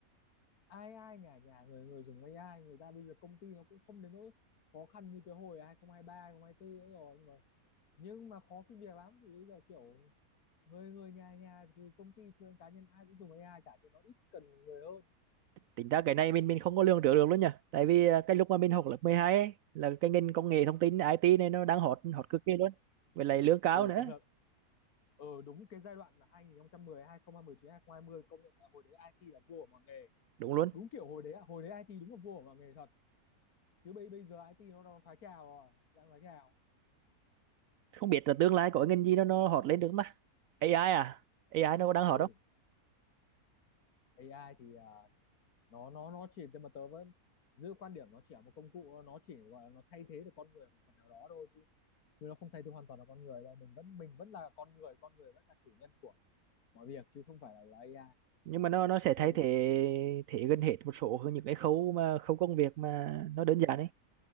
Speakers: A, on the left; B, on the right.
A: ai ai nhà nhà người người dùng AI người ta bây giờ công ty nó cũng không đến nỗi khó khăn như cái hồi 2023 2024 nữa rồi nhưng mà nhưng mà khó xin việc lắm thì bây giờ kiểu người người nhà nhà từ công ty cho đến cá nhân ai cũng dùng AI cả cho nó ít cần người hơn
B: Tính ra cái này mình mình không có lường trước được luôn nhỉ. Tại vì à, cái lúc mà mình học lớp 12 ấy là cái ngành công nghệ thông tin IT này nó đang hot hot cực kỳ luôn. Với lại lương cao
A: ừ
B: nữa.
A: công nhận ờ đúng cái giai đoạn là hai hai hai nghìn nghìn mười mười chín hai nghìn 2019 2020 công nhận là hồi đấy IT là vua của mọi nghề
B: Đúng luôn.
A: đúng kiểu hồi đấy hồi đấy IT đúng là vua của mọi nghề thật chứ bây bây giờ IT nó nó thoái trào rồi đang thoái trào
B: không biết là tương lai có ngành gì nó nó hot lên được không ta AI à AI nó có đang
A: ừ
B: hot không
A: AI thì à, nó nó nó chỉ nhưng mà tớ vẫn giữ quan điểm nó chỉ là một công cụ nó chỉ gọi là nó thay thế được con người một phần nào đó thôi chứ chứ nó không thay thế hoàn toàn là con người đâu mình vẫn mình vẫn là con người con người vẫn là chủ nhân của mọi việc chứ không phải là, là AI
B: nhưng mà nó nó sẽ
A: Đấy,
B: thay thế thế gần hết một số những cái khâu mà khâu công việc mà nó đơn giản ấy